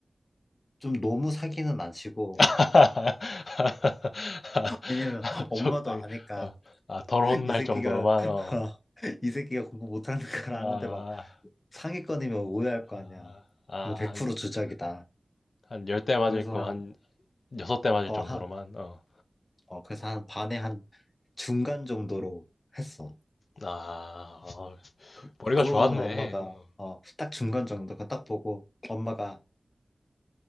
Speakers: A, on the left; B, on the left.
A: 좀 너무 사기는 안 치고,
B: <laughs>
A: 왜냐면 엄마도
B: 적당히.
A: 아니까,
B: 어. 아 덜 혼날
A: 이 새끼가,
B: 정도로만.
A: <laughs>
B: 어.
A: 이 새끼가 공부 못하는 걸
B: 아.
A: 아는데 막 상위권이면 오해할 거
B: 아.
A: 아니야.
B: 아
A: 이거 100%
B: 한
A: 주작이다.
B: 한 10대 맞을
A: 그래서
B: 거
A: 한,
B: 한 6대 맞을
A: 어,
B: 정도로만.
A: 한,
B: 어.
A: 어, 그래서 한 반에 한 중간 정도로 했어.
B: 아. 어
A: 그,
B: 머리가
A: 그거
B: 좋았네.
A: 보면 엄마가,
B: 어.
A: 어, 딱 중간 정도, 그거 딱 보고, 엄마가,